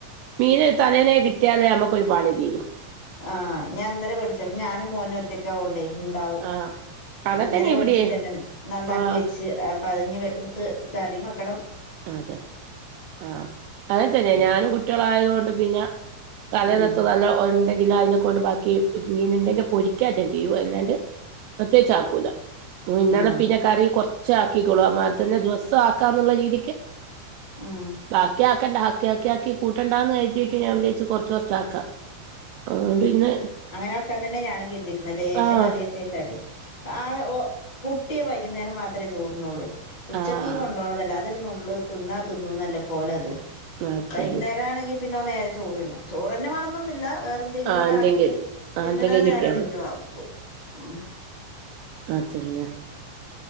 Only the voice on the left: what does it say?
ആഹാ ഞാൻ ഇന്നലെ വേടിച്ചെ പി ഞാനും മോനും ഒറ്റക്കാവൊണ്ടെയ് ഇണ്ടാവും
അപ്പം
ഇന്നലെ
വേടിച്ചെ തന്നെണ്ട് നന്നാക്കി
വെച്ച് അപ്പ അതിഞ്ഞി വെ ഇട്ത്ത് കറി വക്കണം
ഉം
ഉം
ആഹ്
ഉം
അങ്ങനൊക്കെ തന്നെ ഞാനും കരുതീക്ക്ണ് ലേശം
കറിയത്ത് വെച്ചാല് ആയ ഓ കുട്ടിയവൻ വൈകുന്നേരം മാത് ത്രേ ചോറുണ്ണോളേ ഉച്ചക്ക്
കൊണ്ടോണതല്ല അതൊരു നുള്ള് തിന്നാ തിന്നുന്നല്ല പോലത്
വൈകുന്നേരം ആണെങ്കി പിന്നെ നേരെ ചോറിന്നും ചോറന്നെ വേണംന്നൊന്നില്ല വേറെ എന്തെങ്കിലുഒക്കെ
ആണെങ്കിലും
തിന്നണത്
നേരെ
തിന്നുവാ
പു ഉം